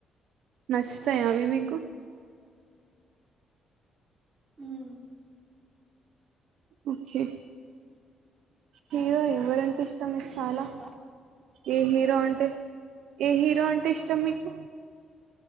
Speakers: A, on the right (about 75°); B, on the right (about 30°).
A: నచ్చుతాయా అవి మీకు
B: ఉమ్
A: ఓకే హీరో ఎవ్వరంటే ఇష్టం మీకు
B: మీరు
A: చాలా
B: చూస్తారా
A: ఏ హీరో అంటే ఏ హీరో అంటే ఇష్టం మీకు